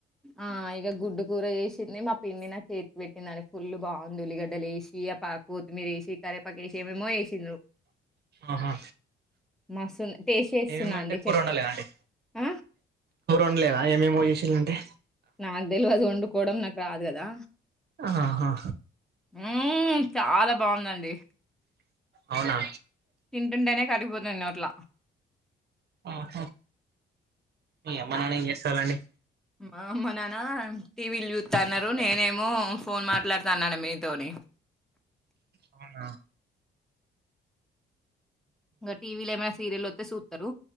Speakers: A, in the centre; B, on the right (about 55°).
A: ఆ ఇగా గుడ్డు కూర ఏ ింది మా పిండి నా చేతి పెట్టిందిని ఫుల్ బాగుంది ఉల్లిగడ్డ లేసి ఆ పాకు మీరు ఏసీ కే పకేససి మ ఏసీ
B: ఆహా
A: మస్తు టేస్ట్ చేస్తున్నా
B: ఏమేమింటే
A: అండి
B: కూరండాల
A: చెప్
B: అండి
A: ఆ
B: కూర వండలేరా ఏమేమో చేసిల్అంటే
A: నాకు తెల్వదు వండు కోవడం నాకు రాదు కదా
B: అహా హా
A: ఊమ్ చాలా బాగుందండి
B: అవునా
A: తింటుంటనేే కరిగిపోతుంది నోట్లా
B: అహా మీ అమ్మ నాన్న ఏం చేస్తాలండి
A: మా అమ్మ నాన్న టీవి ల్ చూసు తన్నారు నేనేమో ఫోన్ మాట్లాడుతాన్నన మీ తోని
B: అవునా
A: ఇ టీవీ లే మ సీరియల్లో సూతరు